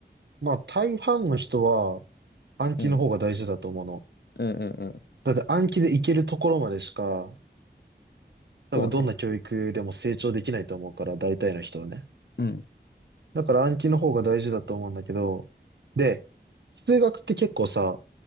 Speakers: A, on the right; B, on the left.
A: まあ大半の人は暗記の方が大事だと思うの。
B: うん。うんうんうん。
A: だって暗記でいけるところまでしか、多分どんな教育でも成長できないと思うから、
B: そうね。
A: 大体の人はね。
B: うん。
A: だから暗記の方が大事だと思うんだけど、で、数学って結構さ、